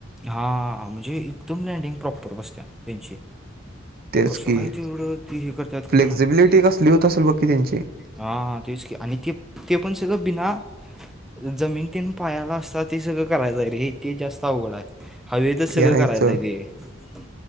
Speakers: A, in the centre; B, on the right.
A: हां म्हणजे एकदम लँडीग प्रॉपर बसता त्यांची
B: तेच
A: कस
B: की
A: काय तेवढ ती हे करतात
B: फ्लेक्झिबिलिटी
A: काय माहिती
B: कसली होत असेल बघ की त्यांची
A: हा ह तेच आणि ते ते पण सगळ बिना- जमीन तेन पायाला असतात ते सगळ करायच रे हे ते जास्त अवघड आहे हवेत
B: ते
A: सगळ
B: आहेच
A: करायचय
B: सोड
A: ते